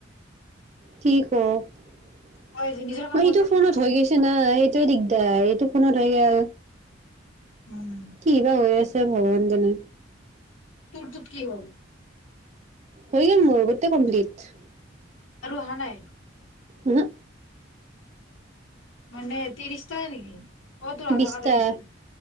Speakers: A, on the right (about 35°); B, on the left (about 85°).
A: কি কও <unintelligible>
B: অ যে নিজৰ কাম
A: মই
B: কৰ
A: এইটো
B: যা
A: ফোনত হৈ গৈছে নাই? সেইটোৱে দিগদাৰ, এইটো ফোনত হৈ গল।
B: উম
A: কি বা হৈ আছে, ভগৱানে জানে
B: তোৰ তোত কি হল?
A: হৈ গল মোৰ গোটেই কমপ্লিট
B: আৰু অহা নাই
A: ওহু
B: মানে ত্ৰিশ টাই নেকি অ তোৰ
A: বিছটা
B: আধা কাৰ্ড লাগিছিল